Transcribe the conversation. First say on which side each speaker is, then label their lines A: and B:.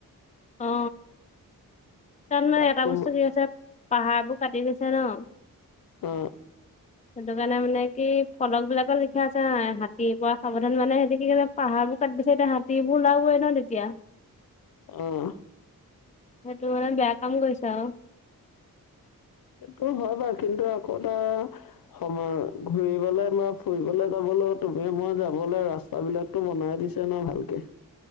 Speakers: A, on the left; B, on the left.
A: অ তাৰমানে
B: তাত
A: এটা
B: তোম
A: বস্তু সিহঁতে পাহাৰবোৰ কাটি দিছে ন,
B: অ।
A: সেইটো কাৰণে মানে কি ফলক বিলাকৰ লিখা আছে নাই হাতীৰ পৰা সাৱধান মানে সিহতে কি ক পাহাৰোৰ ক দিছে এতি হাতী এইবোৰ ওলাবই ন তেতিয়া।
B: আহ
A: সেইটোৱে বেয়া কাম কৰিছা আৰু।
B: সেইটো হয় বাৰু কিন্তু আকৌ এবাৰ সময় ঘুৰিবলৈ বা ফুৰিবলৈ যাব ল তুমি মই যাবলৈ ৰাস্তাবিলাকতো বনাই দিছে ন ভালকে।